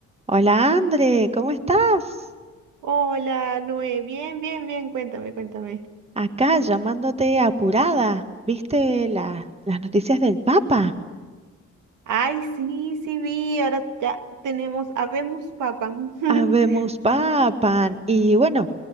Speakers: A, on the right; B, on the right.
A: Hola André, ¿cómo estás?
B: Hola, Noé. Bien, bien, bien. Cuéntame, cuéntame.
A: Acá llamándote apurada. ¿Viste la- las noticias del Papa?
B: Ay, sí, sí vi. Ahora ya tenemos habemos papa. <laughs>
A: Habemos Papan. Y bueno,